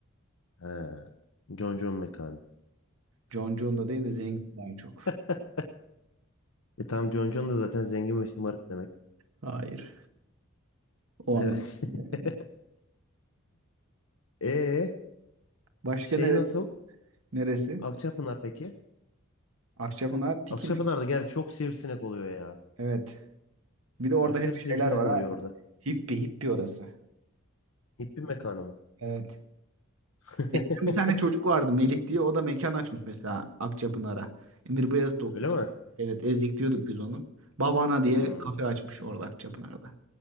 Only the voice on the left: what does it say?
He. Concon mekanı.
<laughs> E tam Concon da zaten zengin ve şımarık demek.
<laughs>
Evet.
<laughs> E
şey
nasıl?
Akçapınar peki?
Akçapınar'da gerçi çok sivrisinek oluyor ya.
Aşırı
sivrisinek
oluyor
orada.
Hippi mekanı mı?
<laughs>
Öyle mi?
Hmm.